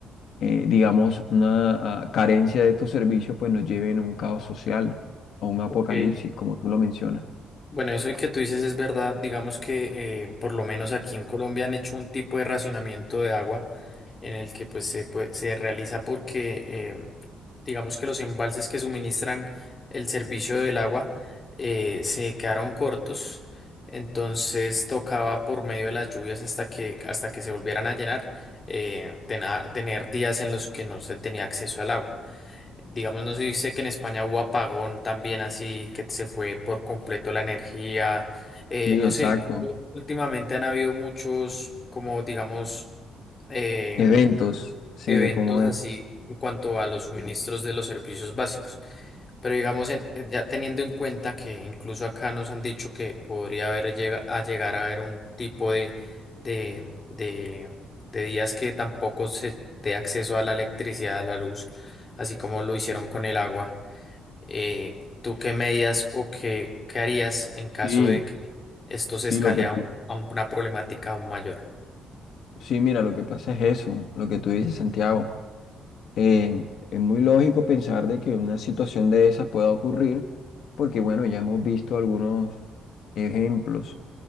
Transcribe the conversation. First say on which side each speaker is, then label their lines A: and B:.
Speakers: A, on the left; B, on the left.
A: eh, digamos, una a, carencia de estos servicios pues nos lleven a un caos social, a un apocalipsis,
B: Ok.
A: como tú lo mencionas.
B: Bueno, eso que tú dices es verdad, digamos que eh, por lo menos aquí en Colombia han hecho un tipo de racionamiento de agua. en el que pues se, pue- se realiza porque eh, digamos que los embalses que suministran el servicio del agua eh, se quedaron cortos, entonces tocaba por medio de las lluvias hasta que, hasta que se volvieran a llenar, eh, tena- tener días en los que no se tenía acceso al agua. Digamos, no se dice que en España hubo apagón también así, que se fue por completo la energía. eh,
A: Sí,
B: no
A: exacto.
B: sé, incluso últimamente han habido muchos, como digamos, eh,
A: Eventos, sí,
B: eventos
A: como es.
B: así en cuanto a los suministros de los servicios básicos. Pero digamos, en- eh, ya teniendo en cuenta que incluso acá nos han dicho que podría haber llega, a llegar a haber un tipo de, de, de, de días que tampoco se dé acceso a la electricidad, a la luz, así como lo hicieron con el agua. eh, ¿tú qué medidas o qué, qué harías en caso
A: Sí,
B: de que esto se
A: sí,
B: escale
A: lo que
B: a,
A: tú,
B: un- a una problemática aún mayor?
A: sí, mira, lo que pasa es eso, lo que tú dices, Santiago. Eh, es muy lógico pensar de que una situación de esas pueda ocurrir porque, bueno, ya hemos visto algunos ejemplos,